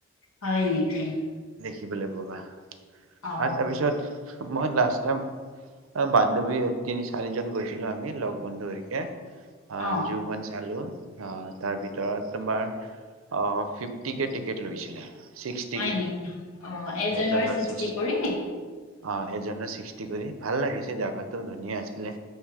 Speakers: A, on the left (about 80°); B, on the right (about 75°).
A: হয় নেকি।
B: দেখিবলৈ পাবা
A: অ
B: আৰু তাৰপিছত মই লাষ্ট টাইম অহ ', বান্ধৱী তিনি চাৰিজন গৈছিলো আমি লগ বন্ধুৰ সৈতে। অহ
A: অ
B: ', জু খন চালো, অহ ', তাৰ ভিতৰত তোমাৰ, অহ ', ফিফ্টিকে টিকট লৈছিলে, ছিক্সটিকে।
A: হয় নেকি অ
B: এজনৰ
A: ছিক্সটি
B: ছিক্স,
A: কৰি
B: অহ ', এজনৰ ছিক্সটি কৰি। ভাল লাগিছে জাগাতটো ধুনীয়া আছি লে,